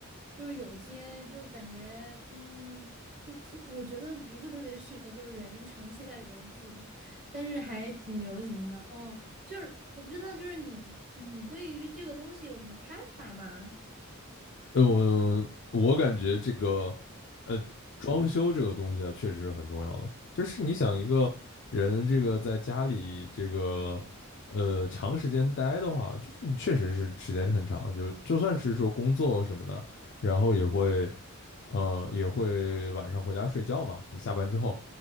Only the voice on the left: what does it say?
嗯，我感觉这个，呃，装修这个东西啊，确实很重要的。就是你想一个人这个在家里这个，呃，长时间待的话，就是你确实是时间很长，就就算是说工作什么的，然后也会，呃，也会晚上回家睡觉嘛。你下班之后，